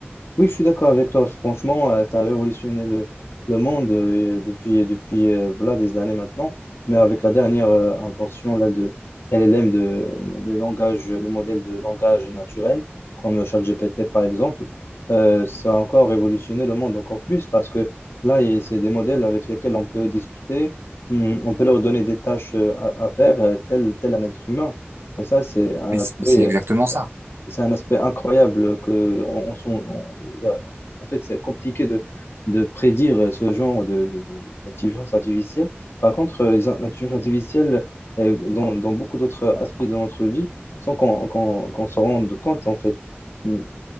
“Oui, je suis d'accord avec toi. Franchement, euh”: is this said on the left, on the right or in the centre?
Left